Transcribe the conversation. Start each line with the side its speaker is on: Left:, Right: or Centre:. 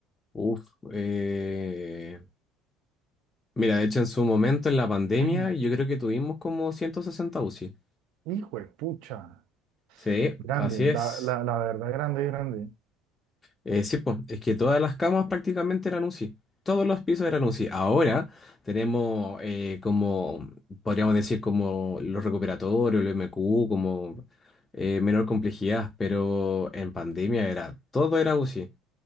Left: Uf. eh, Mira, de hecho, en su momento, en la pandemia,
Right: <clears throat>
Left: yo creo que tuvimos como 160 UCI.
Right: Hijo de pucha,
Left: Sí,
Right: grande,
Left: así
Right: la,
Left: es.
Right: la, la verdad, grande, grande.
Left: Eh, sí, pues, es que todas las camas prácticamente eran UCI. Todos los pisos eran UCI. Ahora tenemos eh, como, podríamos decir, como los recuperatorios, el MQ, como eh, menor complejidad, pero en pandemia era, todo era UCI,